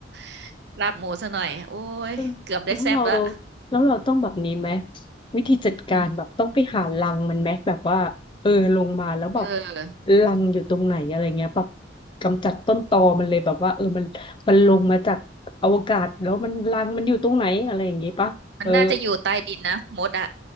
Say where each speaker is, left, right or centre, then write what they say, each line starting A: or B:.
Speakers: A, on the right; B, on the left.
A: ำลาบหมูซะหน่อยโอ้ยเกือบได้แซ่บละ
B: เออแล้วเราแล้วเราต้องแบบนี้ไหมวิธีจัดการแบบต้องไปหารังมันไหมแบบว่าเออลงมาแล้วแบบ
A: อเออ
B: รังอยู่ตรงไหนอะไรเงี้ยแบบกำจัดต้นตอมันเลยแบบว่าเออมันมันลงมาจากอวกาศแล้วมันรังมันอยู่ตรงไหนอะไรอย่างงี้ปะเออ
A: มันน่าจะอยู่ใต้ดินนะมดอะ